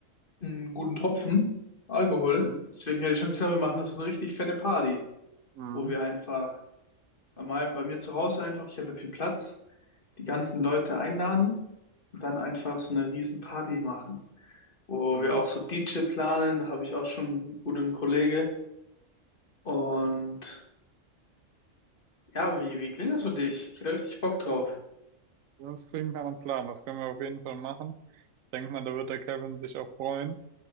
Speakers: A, on the left; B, on the right.
A: einen guten Tropfen Alkohol.
B: Mhm.
A: Deswegen hätte ich schon gesagt, wir machen das eine richtig fette Party,
B: Mhm.
A: wo wir einfach Einmal bei mir zu Hause einfach, ich habe ja viel Platz, die ganzen Leute einladen und dann einfach so eine riesen Party machen, wo
B: Mhm.
A: wir auch so DJ planen, da habe ich auch schon einen guten Kollege. Und ja, wie, wie klingt das für dich? Ich hätte richtig Bock drauf.
B: Das klingt nach einem Plan. Das können wir auf jeden Fall machen. Ich denke mal, da wird der Kevin sich auch freuen.